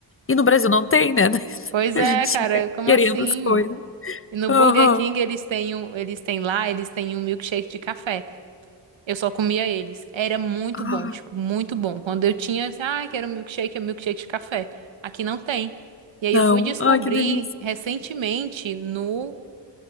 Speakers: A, on the left (about 30°); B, on the right (about 90°).
A: E no Brasil não tem, né? <laughs>
B: Pois
A: A
B: é,
A: gente
B: cara,
A: fica
B: como
A: querendo
B: assim?
A: as coisas.
B: E no
A: Aham.
B: Burger King eles têm um, eles têm lá, eles têm um milkshake de café. Eu só comia eles. Era muito
A: Ah,
B: bom, tipo, muito bom. Quando eu tinha, assim, ah, quero um milkshake, é um milkshake de café. Aqui não tem. E aí
A: não.
B: eu fui descobrir
A: Ai, que delícia.
B: recentemente no